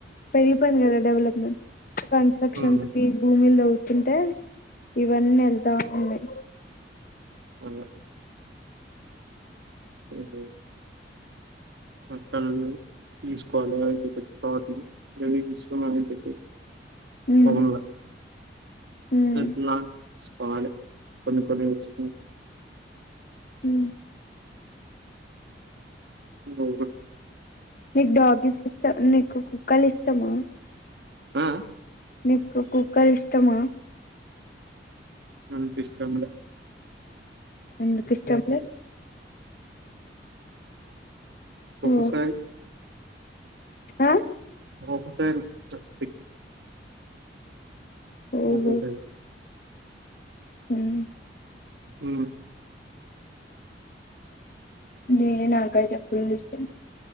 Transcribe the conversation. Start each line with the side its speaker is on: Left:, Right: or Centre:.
Left: పెరిగిపోయింది కదా డెవలప్మెంట్ కన్స్ట్రక్షన్స్కి
Right: హ్మ్.
Left: భూమి లోవుతు తుంటే ఇవన్నీ వెళ్తా ఉన్నాయి
Right: ఆ ఉహూ బట్టలను తీసుకోవాల అవి అన్ని పెట్టుకోవాలి ఏమేం తీసుకున్నా ఏమేం తీసుకోలేదు
Left: ఉమ్
Right: అవును
Left: ఉమ్
Right: ఎట్ల పోవాలి కొన్ని కొన్ని వస్తులు
Left: ఉమ్
Right: ఓ
Left: న డాగి సిస్ట కుక్కలు ఇష్టమా
Right: ఆ
Left: నీకు కుక్కలు ఇష్టమా
Right: అనిపిస్తం లే
Left: ఎందుకి ఇష్టముంది
Right: ఒక్కొక్కసారి
Left: ఓ ఆ
Right: ఒక్కొక్కసారి చ చ
Left: ఓహో
Right: ఒక్కొక్క రి
Left: హ్మ్.
Right: అ
Left: నేను నాకైతే పుల్లిష్టం